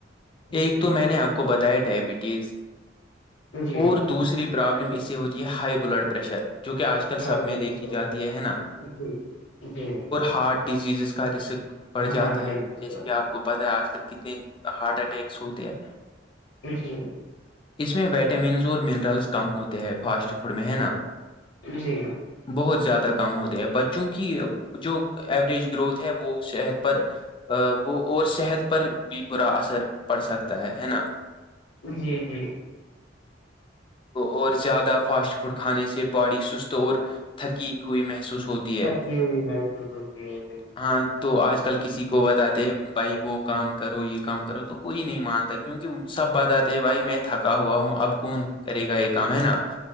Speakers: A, on the left; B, on the left.
A: ایک
B: جی
A: تو میں نے آپ کو بتایا ڈائبٹیز
B: جی
A: اور دوسری پرابلم اس سے ہوتی ہے ہائی بلڈ پریشر جو کہ آج کل
B: ہائی
A: سب میں
B: بلڈ
A: دیکھی
B: پریشر
A: جاتی ہے نا
B: جی جی
A: ہارٹ ڈیزیزز کا رسک بڑھ جاتا
B: ہارٹ ڈزیز
A: ہے جیسے کہ آپ کو پتا ہے آج کل کت ہارٹ اٹیکس ہوتے ہے
B: جی
A: اس میں وائٹامنس اور منرلز کم ہوتے ہیں فاسٹ فوڈ میں ہے نا
B: جی
A: بہت زیادہ کم ہوتے ہیں بچوں کی جو ایوریج گروتھ ہے وہ صحت پر وہ اور صحت پر بھی برا اثر پڑ سکتا ہے ہے نا
B: جی جی
A: اور زیادہ فاسٹ فوڈ کھانے سے باڈی سست اور تھکی ہوئی محسوس ہوتی ہے
B: سچی ہوئی محسوس ہوتی ہے
A: ہاں تو آج کل کسی کو بتاتے بھائی وہ کام کرو یہ کام کرو تو کوئی نہیں مانتا کیونکہ سب بتاتے بھائی میں تھکا ہوا ہوں اب کون کرے گا یہ کام ہے نا